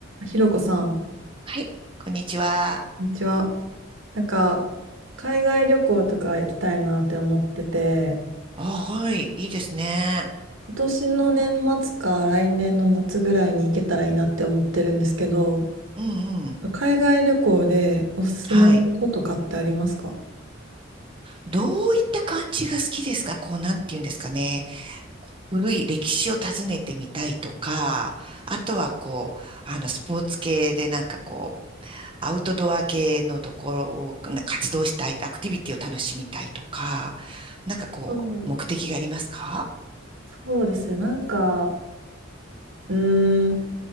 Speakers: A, on the right; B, on the right.
A: ひろこさん、こ
B: はい、こんにちは。
A: んにちは。なんか、海外旅行とか行きたいなって思ってて、
B: あ、はい、いいですね。
A: 今年の年末か来年の夏ぐらいに行けたらいいなって思ってるんですけど、
B: うんうん。
A: 海外旅行でおすすめのこととかってありますか
B: はい。どういった感じが好きですかこう、なんて言うんですかね。古い歴史を訪ねてみたいとか、あとはこう、あの、スポーツ系でなんかこう、アウトドア系のところをな活動したい、アクティビティを楽しみたいとか、なんかこう、
A: そうん
B: 目的がありますか
A: そうですね、なんか、うーん、